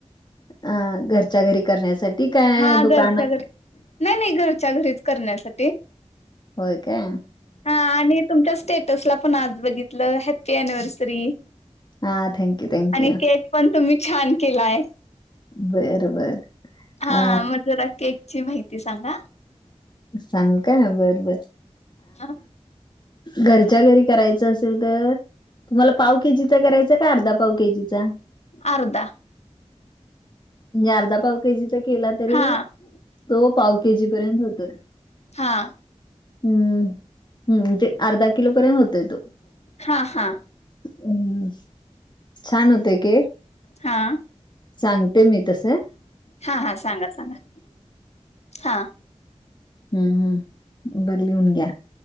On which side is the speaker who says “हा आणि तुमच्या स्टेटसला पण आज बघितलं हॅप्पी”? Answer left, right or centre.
Left